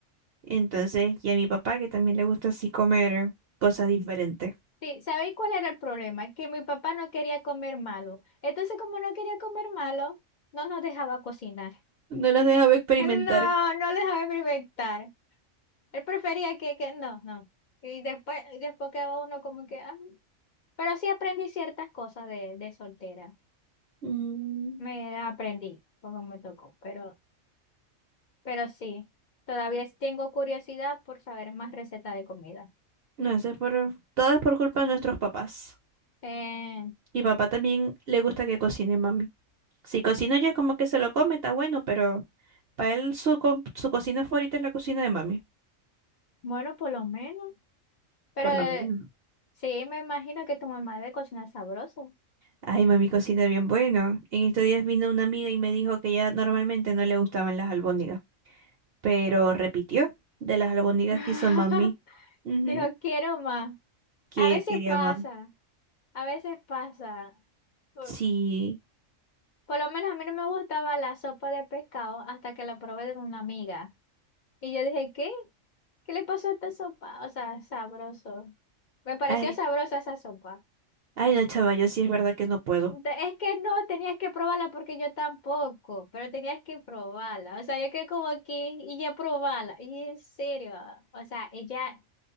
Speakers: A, on the right; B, on the left.
A: Entonces, y a mi papá que también le gusta así comer cosas diferentes.
B: Sí, ¿sabéis cuál era el problema? Que mi papá no quería comer malo. Entonces, como no quería comer malo, no nos dejaba cocinar.
A: No los dejaba experimentar.
B: Él No, no le dejaba experimentar. Él prefería que, que no, no. Y después, y después quedaba uno como que, ah. Pero sí aprendí ciertas cosas de, de soltera.
A: Mm,
B: Me aprendí, como me tocó. Pero, pero sí, todavía tengo curiosidad por saber más recetas de comida.
A: no, eso es por, todo es por culpa de nuestros papás.
B: Eh,
A: Y papá también le gusta que cocine mami. Si cocino yo como que se lo come, está bueno, pero para él su, co- su cocina favorita es la cocina de mami.
B: bueno, por lo menos. Pero
A: Por lo menos.
B: Sí, me imagino que tu mamá debe cocinar sabroso.
A: Ay, mami cocina bien bueno. En estos días vino una amiga y me dijo que ya normalmente no le gustaban las albóndigas, pero repitió de las albóndigas
B: <laughs>
A: que hizo mami. Ujú,
B: Dijo, quiero más.
A: Que
B: A veces
A: quería
B: pasa,
A: más.
B: a veces pasa. Por,
A: Sí.
B: por lo menos a mí no me gustaba la sopa de pescado hasta que la probé de una amiga. Y yo dije, ¿qué? ¿Qué le pasó a esta sopa? O sea, sabroso. Me pareció
A: Ay,
B: sabrosa esa sopa.
A: ay, no, chava, yo sí es verdad que no puedo.
B: De- Es que no, tenías que probarla porque yo tampoco, pero tenías que probarla. O sea, yo quedé como aquí y ya probarla. Y en serio, o sea, ella